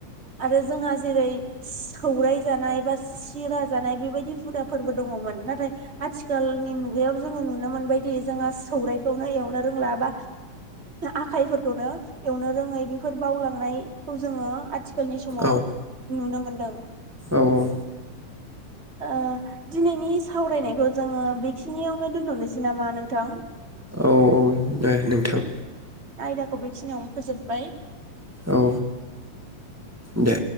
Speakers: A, on the right; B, in the centre.
A: आरो जोंहा जेरै सि सौराय जानाय बा सिरा जानाय बेबायदि हुदा फोरबो दंङमोन ना हाय आथिखालनि मुगायाव जोंङो नुनो मोनबायदि जोंहा सौरायाइखौनो एवनो रोंला बा आखाइफोरखौनो एवनो रोंङै बेफोर बावलांनायखौ जोंङो आथिखाल आथिखालनि समाव
B: औ
A: नुनो मोनो <unintelligible>
B: औ औ
A: ओ दिनैनि सावरायनायखौ जोंङो बेखिनियावनो दोनथ'नोसै नामा नोंथां
B: औ औ दे नोंथां
A: दाखौ बेखिनियावनो फोजोबबाय
B: औ दे